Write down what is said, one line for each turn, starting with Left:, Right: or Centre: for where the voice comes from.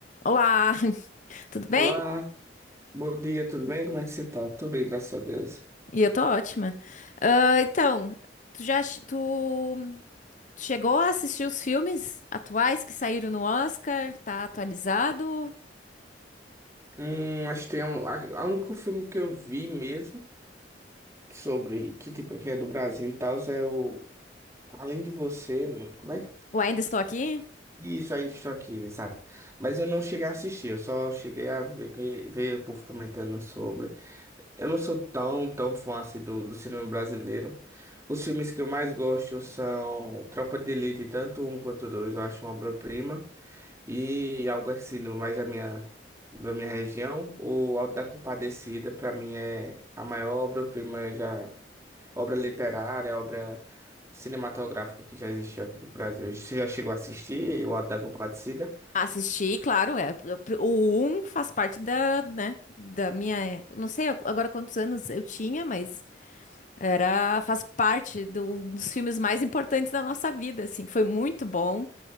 Left: Olá, <laughs> tudo bem?
Right: Olá, bom dia, tudo bem? Como é que você tá? Tudo bem, graças a Deus.
Left: E eu tô ótima. Ah, então, tu já ch- tu, tu chegou a assistir os filmes atuais que saíram no Oscar? Tá atualizado?
Right: Hum, acho que tem um, a, a único filme que eu vi mesmo sobre que tipo que é do Brasil e tal é o Além de Você, não- como é que
Left: O ainda estou aqui?
Right: Isso, ainda estou aqui, exato. Mas eu não cheguei a assistir, eu só cheguei a ver, que- ver o povo comentando sobre. Eu não sou tão, tão fã assim do, do cinema brasileiro. Os filmes que eu mais gosto são Tropa de Elite, tanto um quanto dois, eu acho uma obra-prima. E algo assim no- mais da minha, da minha região, o Auto da Compadecida, para mim, é a maior obra-prima já, obra literária, obra cinematográfica que já existiu aqui no Brasil. Você já chegou a assistir o Auto da Compadecida?
Left: Assisti, claro, é. eu- O um faz parte da, né, da minha, eu não sei agora quantos anos eu tinha, mas era faz parte do- dos filmes mais importantes da nossa vida, assim. Foi muito bom.